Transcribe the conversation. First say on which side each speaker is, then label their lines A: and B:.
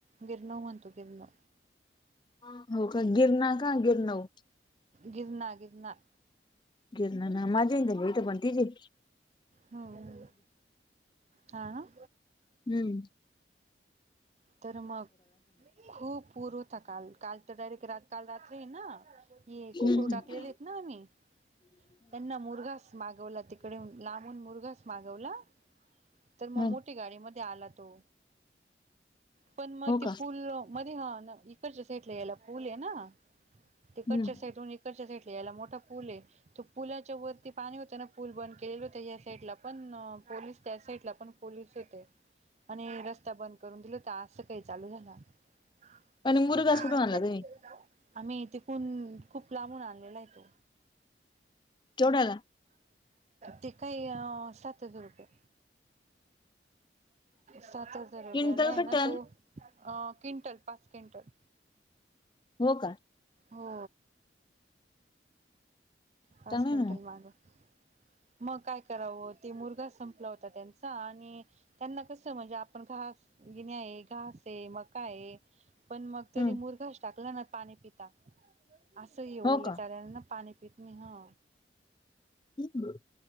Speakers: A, on the right; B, on the left.
A: गिरणव म्हणतो गिरणौ.
B: हां, हा. गिरणार का गिरणव?
A: गिरनार, गिरनार.
B: गिरनार ना माझ्या इथ पण तिथे
A: हं... हा, ना.
B: हुं...
A: तर मग खूप पुर होता काल, काल तर डायरेक्ट रा काल रात्री हय ना ये कोकरू
B: हम्म
A: टाकलेले आहेत ना आम्हीं त्यांना मु्रघास मागवला तिकडून लांबून मुरघास मागवला तर मग
B: हम्म
A: मोठी गाडीमध्ये आला तो. पण मग
B: हो
A: ते
B: का
A: पूल मध्ये हा इकडच्या साईटला यायला पूल आहे ना. तिकडच्या
B: हम्म
A: साईटहून इकडच्या साईटला यायला मोठा फूल आहे. तो पुलाच्या वरती पाणी होत ना पूल बंद केलेलं होता या साईडला पण पोलीस त्या साईडला पण पोलीस होते आणि रस्ता बंद करून दिला होता आज सकाळी चालू झाला. <unintelligible>
B: आणि मुरघास कुठून आणला तुम्ही
A: आम्हीं तिकून खूप लांबून आणलेला आहे तो.
B: केवढ्याला?
A: ते काय अ सात हजार रुपये. सात हजार रुपयाला
B: क्विंटल
A: आहे
B: का
A: ना
B: टन
A: तो. अ क्विंटल पाच क्विंटल.
B: हो, का.
A: हो. पाच
B: चांगलं
A: क्विंटल
B: आहे ना मग
A: मागवला. मग काय करावं ते मुरघास संपला होता त्यांचा आणि त्यांना कस म्हणजे आपण घास गिणे आहे, घास आहे, मका आहे पण मग तरी
B: हम्म
A: मुरघास टाकला ना, पाणी पिता असं हे ओल्या
B: हो का
A: चाऱ्याना पाणी पिता नि हा.
B: हम्